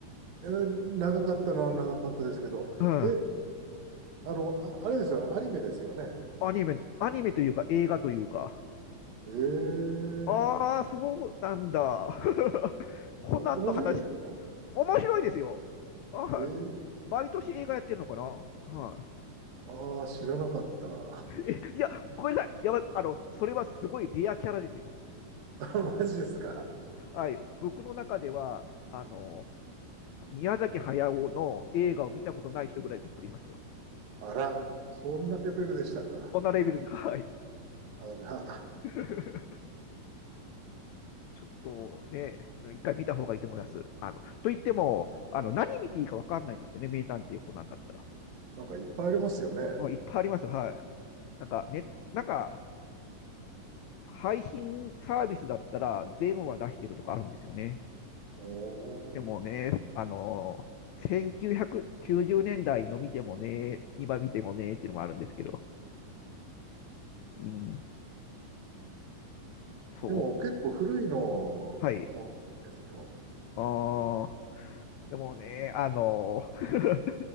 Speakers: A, on the right (about 80°); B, on the left (about 85°).
A: えー、長かったのは長かったですけど、
B: うん。
A: え、あの、あ、あれですよね、アニメですよね。
B: アニメの、アニメというか映画というか。
A: ええ
B: ああ、そうなんだ。<laughs> コナンの話、
A: お、面白いんですか
B: 面白いですよ。はい。
A: ええ
B: 毎年映画やってるのかなは
A: ああー、知らなかった。
B: い。えいや、ごめんなさい。やば、あの、それはすごいレアキャラですよ。
A: <laughs> マジですか。
B: はい。僕の中では、あの、宮崎駿の映画を見たことない人ぐらいびっくりしましたよ。
A: あら、そんなレベルでしたか。
B: そんなレベルです。はい。
A: あら、
B: <laughs> ちょっとね、一回見た方がいいと思います。あのと言っても、あの何見ていいか分かんないんですよね、名探偵コナンだったら。
A: なんかいっぱいありますよね。
B: もういっぱいありますよ、はい。なんか、ね、なんか配信サービスだったら、全話出してるとかあるんですよね。
A: おー
B: でもね、あの1990年代の見てもね、今見てもねっていうのもあるんですけど、うん、そう、
A: でも結構古いの
B: はい。
A: もですよ。
B: あーでもね、あのー